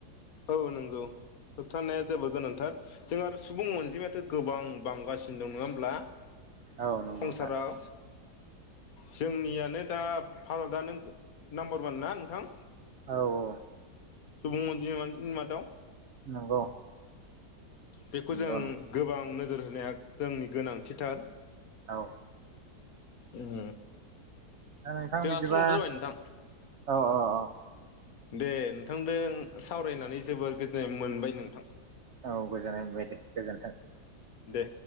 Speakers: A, on the left (about 60°); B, on the right (about 65°).
A: औ नंगौ होब थानाया जोबोद गोनांथार जों आरो सुबुं अनजिमायाथ गोबां बांगासिनो दं नङा होमब्ला।
B: औ नंगौ
A: संसाराव
B: नोंथां
A: जोंनियानो दा भारतआनो नाम्बार वान ना नोंथां
B: औ औ
A: सुबुं अनजिमानि मादाव
B: नंगौ
A: बेखौ
B: नंगौ
A: जों
B: नंगौ
A: गोबां नोजोर होनाया जोंनि गोनांथिथार।
B: औ।
A: उम।
B: दा नोंथां
A: जोंहा
B: बिदिबा
A: समाबो जाबाय नोंथां।
B: औ औ औ
A: दे नोंथांदों सावरायनानै जोबोर गोजोननाय मोनबाय नोंथां।
B: औ गोजोननाय मोनबाय दे गोजोन्थों।
A: दे।